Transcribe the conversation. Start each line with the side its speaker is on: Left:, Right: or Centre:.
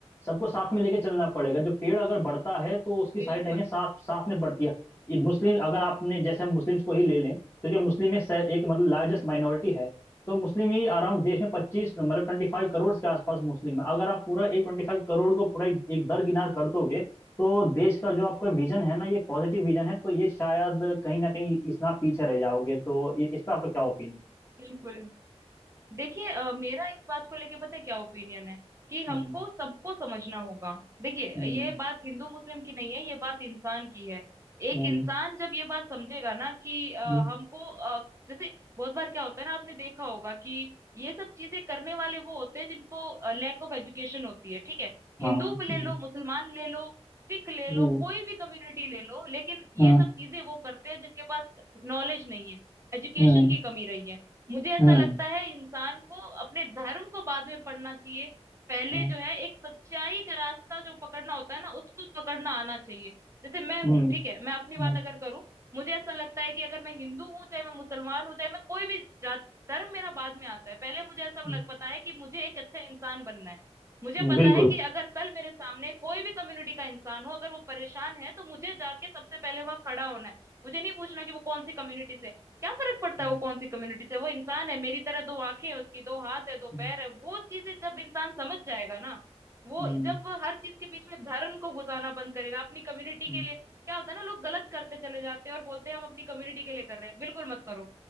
Left: सबको साथ में लेके चलना पड़ेगा जो पेड़ अगर बढ़ता है तो उसकी
Right: बिल्कुल
Left: सारी टहनियाँ साथ साथ में बढ़ती है ये मुस्लिम अगर आपने जैसे हम मुस्लिम्स को ही ले लें क्योंकि मुस्लिम एक, एक मतलब लार्जेस्ट
Right: हम्म,
Left: माइनॉरिटी है तो मुस्लिम ही अराउंड देश में पच्चीस मतलब ट्वेंटी फाइव करोड़ के आसपास मुस्लिम है अगर आप पूरा एक ट्वेंटी फाइव करोड़ को पूरा एक एक दरकिनार कर दोगे तो देश का जो आपका विजन है ना
Right: हम्म,
Left: ये पॉजिटिव विजन है तो ये शायद कहीं ना कहीं इसमें आप पीछे रह जाओगे तो ये- इस पर आपका क्या ओपिनियन
Right: बिल्कुल देखिए अ, मेरा इस बात को लेके पता है क्या ओपिनियन है कि हमको
Left: हम्म
Right: सबको समझना होगा देखिए
Left: हम्म
Right: ये बात हिंदू मुस्लिम की नहीं है ये बात इंसान की है एक
Left: हम्म
Right: इंसान जब ये बात समझेगा ना कि अ,
Left: हम्म,
Right: हमको अ, जैसे बहुत बार क्या होता है ना आपने देखा होगा कि ये सब चीजें करने वाले वो होते हैं जिनको लैक ऑफ एजुकेशन होती है ठीक है
Left: हाँ
Right: हिंदू भी ले
Left: हम्म
Right: लो मुसलमान ले लो सिख ले
Left: हम्म
Right: लो कोई भी कम्युनिटी ले लो लेकिन ये
Left: हाँ,
Right: सब चीजें वो करते हैं जिनके पास नॉलेज नहीं है एजुकेशन
Left: हम्म
Right: की कमी रही है मुझे ऐसा
Left: हम्म
Right: लगता है इंसान को अपने धर्म को बाद में पढ़ना चाहिए पहले
Left: हम्म
Right: जो है एक सच्चाई का रास्ता जो पकड़ना होता है ना उसको पकड़ना आना चाहिए जैसे मैं
Left: हम्म
Right: हूँ ठीक है मैं अपनी
Left: हम्म,
Right: बात अगर करूँ मुझे ऐसा लगता है कि अगर मैं हिंदू हूँ चाहे मैं मुसलमान हूँ चाहे मैं कोई भी जात धर्म मेरा बाद में आता है पहले मुझे ऐसा
Left: हम्म,
Right: लग पता है कि मुझे एक अच्छा इंसान बनना है मुझे
Left: हम्म,
Right: पता
Left: बिल्कुल
Right: है कि अगर कल मेरे सामने कोई भी कम्युनिटी का इंसान हो अगर वो परेशान है तो मुझे जाके सबसे पहले वहां खड़ा होना है मुझे नहीं पूछना कि वो कौन सी कम्युनिटी से है। क्या फर्क पड़ता
Left: हम्म
Right: है वो कौन सी कम्युनिटी से वो इंसान है मेरी तरह दो आंखें हैं उसकी दो हाथ है दो
Left: हम्म
Right: पैर है वो चीजें जब इंसान समझ जाएगा ना वो
Left: हम्म
Right: जब वो हर चीज के बीच में धर्म को घुसाना बंद करेगा अपनी कम्युनिटी
Left: हम्म
Right: के लिए क्या होता है ना लोग गलत करते चले जाते हैं और बोलते हैं हम अपनी कम्युनिटी के लिए कर रहे हैं बिल्कुल मत करो